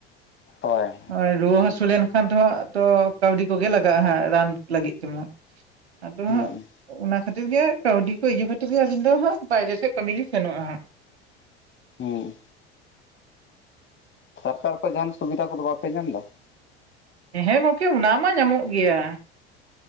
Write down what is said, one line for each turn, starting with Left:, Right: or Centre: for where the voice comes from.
Left: ᱦᱳᱭ
Right: ᱱᱚᱜᱼᱚᱭ ᱨᱩᱣᱟᱹ ᱦᱟᱹᱥᱩ ᱞᱮᱱᱠᱷᱟᱱ ᱫᱚ ᱫᱟᱜ ᱛᱚ ᱠᱟᱹᱣᱰᱤ ᱠᱚᱜᱮ ᱞᱟᱜᱟᱜᱼᱟ ᱦᱟᱸᱜ ᱨᱟᱱ ᱞᱟᱹᱜᱤᱫ ᱛᱮᱢᱟ ᱟᱫᱚ
Left: ᱦᱩᱸ
Right: ᱦᱟᱸᱜ ᱚᱱᱟ ᱠᱷᱟᱹᱛᱤᱨ ᱜᱮ ᱠᱟᱹᱣᱰᱤ ᱠᱚ ᱤᱭᱟᱹ ᱠᱷᱟᱹᱛᱤᱨ ᱜᱮ ᱟᱹᱞᱤᱧ ᱫᱚ ᱦᱟᱸᱜ ᱵᱟᱦᱨᱮ ᱥᱮᱫ ᱠᱟᱹᱢᱤ ᱞᱤᱧ ᱥᱮᱱᱚᱜᱼᱟ ᱦᱟᱸᱜ
Left: ᱦᱩᱸ ᱥᱟᱨᱠᱟᱨ ᱠᱷᱚᱡ ᱡᱟᱦᱟᱱ ᱥᱩᱵᱤᱫᱷᱟ ᱠᱚᱫᱚ ᱵᱟᱯᱮ ᱧᱟᱢ ᱫᱟ?
Right: ᱦᱮᱸ ᱜᱚᱝᱠᱮ ᱚᱱᱟ ᱢᱟ ᱧᱟᱢᱚᱜ ᱜᱮᱭᱟ᱾